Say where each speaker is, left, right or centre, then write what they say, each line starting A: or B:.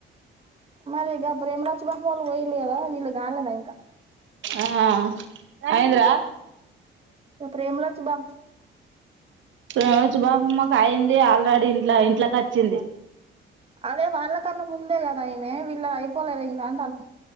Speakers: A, on the right (about 30°); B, on the right (about 70°).
A: మరి ఇక ప్రీమరాజ్ బహ వాళ్ళు పోయిల్లు కదా వీళ్ళు కాలేదా ఇంకా
B: ఆ అయింద్ర
A: ప్రేమలాచ బా
B: ప్రేమలాచ్చు బాపమ్మ అయింది ఆల్రెడీ ఇలా ఇంట్లోకి వచ్చింది
A: అదే వాళ్ళ కన్నా ముందే కదా ఆయమె వీళ్ళ అయిపోలేద ఇంకాంటాన్న